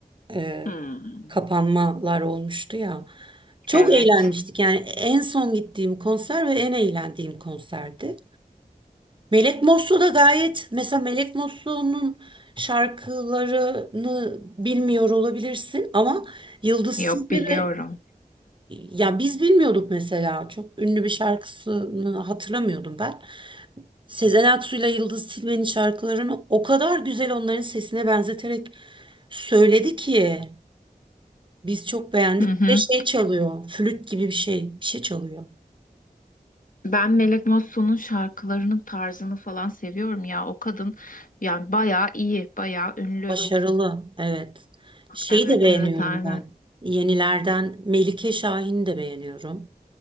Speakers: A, on the right; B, on the left.
A: e,
B: Hmm,
A: kapanmalar olmuştu ya. Çok
B: Evet.
A: eğlenmiştik. Yani en son gittiğim konser ve en eğlendiğim konserdi. Melek Moslu da gayet mesela Melek Moslu'nun şarkılarını bilmiyor olabilirsin ama Yıldız Silve
B: Yok biliyorum.
A: ve ya biz bilmiyorduk mesela çok ünlü bir şarkısını hatırlamıyordum ben. Sezen Aksu ile Yıldız Tilbe'nin şarkılarını o kadar güzel onların sesine benzeterek söyledi ki biz çok beğendik.
B: Hı hı.
A: Bir de şey çalıyor, flüt gibi bir şey, bir şey çalıyor.
B: Ben Melek Mosso'nun şarkılarının tarzını falan seviyorum ya. O kadın yani bayağı iyi, bayağı ünlü.
A: Başarılı, evet. Şeyi
B: Evet
A: de beğeniyorum
B: evet aynen.
A: ben. Yenilerden Melike Şahin'i de beğeniyorum.